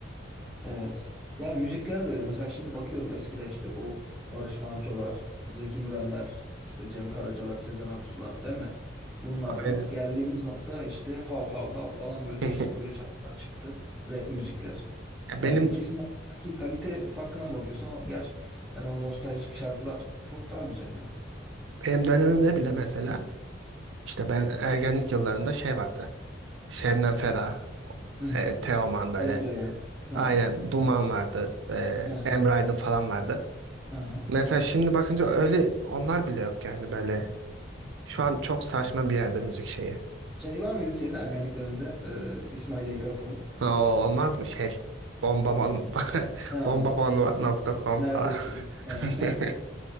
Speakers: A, in the centre; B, on the right.
A: Evet. Ya müzikler de öyle. Mesela şimdi bakıyorum eskiden işte o Barış Manço'lar, Zeki Mürenler, işte Cem Karacalar, Sezen Aksu'lar değil mi? Bunlardan
B: Aynen.
A: geldiğimiz nokta işte hav hav hav falan böyle
B: <laughs>
A: değişik böyle şarkılar çıktı. Rap müzikler.
B: Ya
A: Yani
B: benim
A: ikisinin arasındaki kalite farkına bakıyorsun. O gerçekten o nostaljik şarkılar çok daha güzel ya.
B: benim dönemimde bile mesela işte ben ergenlik yıllarında şey vardı. Şebnem Ferah,
A: Hı hı.
B: e, Teoman böyle
A: Haluk Levent. Ha.
B: aynen
A: Teğmen.
B: Duman vardı,
A: Hı hı.
B: e, Emre Aydın falan vardı.
A: Hı hı.
B: Mesela şimdi bakınca öyle onlar bile yok yani böyle. Şu an çok saçma bir yerde müzik şeyi.
A: Şey var mıydı senin ergenlik döneminde e, İsmail YK falan?
B: Ha, o olmaz mı şey? Bombabon <laughs>
A: Ha.
B: bombabon nokta com
A: Neredesin?
B: falan.
A: Evet.
B: <laughs>